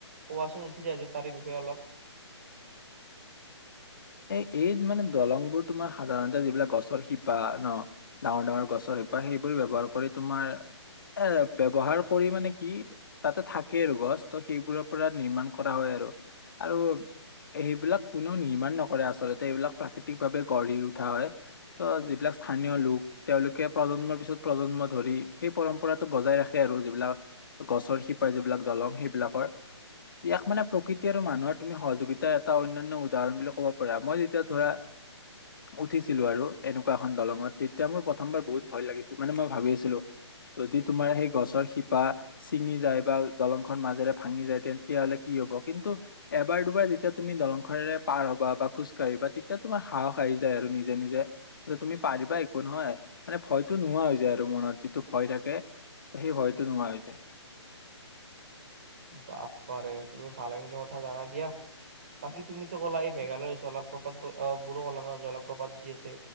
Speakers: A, on the right; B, on the left.
A: কোৱাচোন উঠিছা যদি তাৰে বিষয়ে অলপ।
B: এ, এই মানে দলংবোৰ তোমাৰ সাধাৰণতে যিবিলাক গছৰ শিপা ন ডাঙৰ -ডাঙৰ গছৰ শিপা সেইবোৰ ব্যৱহাৰ কৰি তোমাৰ এ ব্যৱহাৰ কৰি মানে কি তাতে থাকে আৰু গছ ত'সেইবোৰৰ পৰা নিৰ্মাণ কৰা হয় আৰু- আৰু সেইবিলাক কোনেও নিৰ্মাণ নক কৰে আচলতে এইবিলাক প্ৰাকৃতিক ভাৱে গঢ়ি উঠা হয় ত' যিবিলাক স্থানীয় লোক তেওঁলোকে প্ৰজন্মৰ পিছত প্ৰজন্ম ধৰি সেই পৰম্পৰাটো বজাই ৰাখে আৰু যিবিলাক গছৰ শিপাৰ যিবিলাক দলং সেইবিলাকৰ ইয়াক মানে প্ৰকৃতি আৰু মানুহৰ তুমি সহযোগিতাৰ এটা অন্যান্য উদাহৰণ বুলি কব পা পৰা, মই যেতিয়া ধৰা উঠিছিলো আৰু এনেকুৱা এখন দলঙত তেতিয়া মোৰ প্ৰথমবাৰ বহুত ভয় লাগিছিল মানে মই ভাবি আছিলো যদি তোমাৰ সেই গছৰ শিপা চিঙি যায় বা দলং খন মাজেৰে ভাঙি যায় তেতিয়া হ'লে কি হ'ব কিন্তু এবাৰ দুবাৰ যেতিয়া তুমি দলংখনেৰে পাৰ হবা বা খোজ কাঢ়িবা তেতিয়া তোমাৰ সাহস আহি যায় আৰু নিজে -নিজে তুমি পাৰিবা একো নহয় মানে ভয়তো নোহোৱা হৈ যায় আৰু মনত যিটো ভয় থাকে ত'সেই ভয়টো নোহোৱা হৈ যায়।
A: বাপ্পাৰে তুমি ভালেখিনি কথা জানা দিয়া বাকী তুমিতো কলা এই মেঘালয় জলপ্ৰপাত বোৰো অলাঙৰ জলপ্ৰপাত যি আছে